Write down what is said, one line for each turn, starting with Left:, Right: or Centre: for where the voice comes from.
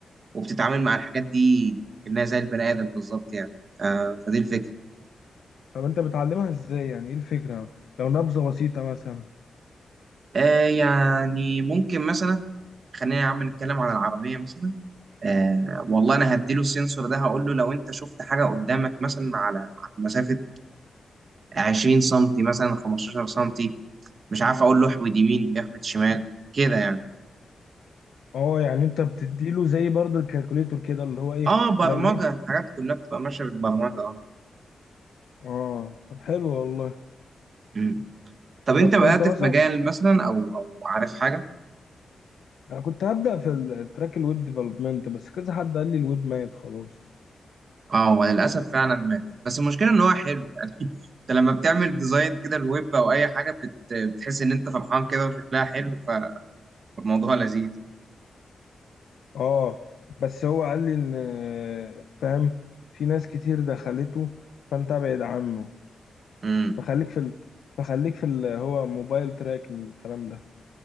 Right: وبتتعامل مع الحاجات دي كأنها زي البني ادم بالظبط يعني آه فدي الفكره
Left: طب انت بتعلمها ازاي يعني ايه الفكرة لو نبذة بسيطة مثلا
Right: آه يعني ممكن مثلا خلينا يا عم نتكلم عن العربية مثلا آه والله أنا هديله السنسور ده هقول له لو أنت شفت حاجة قدامك مثلا على على مسافة 20 سنتي مثلا 15 سنتي مش عارف أقول له احود يمين يحود شمال كده يعني
Left: اه يعني انت بتديله زي برضه الكالكوليتور كده اللي هو ايه
Right: آه برمجة
Left: لو لقيت
Right: الحاجات كلها بتبقى ماشية بالبرمجة آه
Left: اه طب حلو والله
Right: مم. طب أنت
Left: طب
Right: بدأت
Left: انت مثلا
Right: في مجال مثلا أو أو عارف حاجة
Left: انا كنت هبدأ في التراك الويب ديفلوبمنت بس كذا حد قال لي الويب ميت خلاص
Right: اه هو للاسف فعلا مات بس المشكله ان هو حلو يعني <laughs> انت لما بتعمل ديزاين كده الويب او اي حاجه بت... بتحس ان انت فرحان كده وشكلها حلو ف... فالموضوع لذيذ
Left: اه بس هو قال لي ان فاهم في ناس كتير دخلته فانت ابعد عنه
Right: امم
Left: فخليك في ال... فخليك في اللي هو موبايل تراكنج والكلام ده